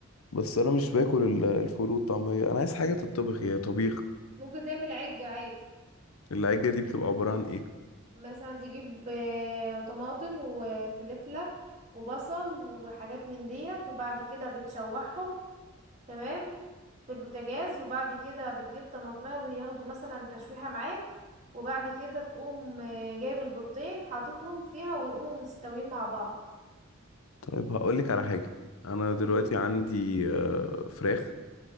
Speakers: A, on the left; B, on the right.
A: بس انا مش باكل ال- الفول والطعميه انا عايز حاجه تتطبخ يا طبيخ
B: ممكن تعمل عجة عادي
A: العجه دي بتبقى عباره عن ايه
B: مثلا تجيب آه، طماطم وفلفلة وبصل وحاجات من ديت وبعد كده بتشوحهم تمام في البوتاجاز وبعد كده بتجيب طماطمية وياخدوا مثلا تشويحة معاك وبعد كده تقوم آه، جايب البيضتين حاططهم فيها ويقوموا مستويين مع بعض
A: طيب هقولك على حاجه انا دلوقتي
B: مم.
A: عندي آه، فراخ